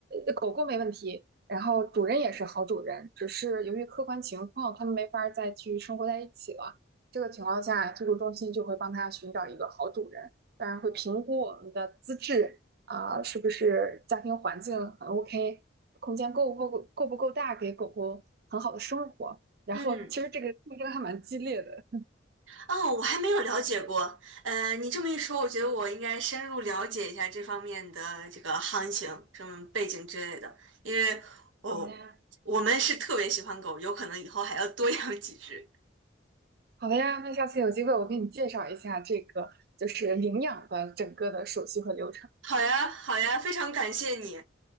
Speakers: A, on the right (about 50°); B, on the right (about 90°).
A: 呃，狗狗没问题，然后主人也是好主人，只是由于客观情况，它们没法再去生活在一起了。这个情况下，救助中心就会帮它寻找一个好主人，当然会评估我们的资质啊，是不是家庭环境很 OK，空间够不够够不够大，给狗狗很好的生活。然后，
B: 嗯，
A: 其实这个竞争还蛮激烈的。
B: 哦，我还没有了解过。呃，你这么一说，我觉得我应该深入了解一下这方面的这个行情、什么背景之类的，因为我、
A: 好的呀。
B: 我们是特别喜欢狗，有可能以后还要多养几只。
A: 好的呀，那下次有机会我给你介绍一下这个就是领养的整个的手续和流程。
B: 好呀，好呀，非常感谢你，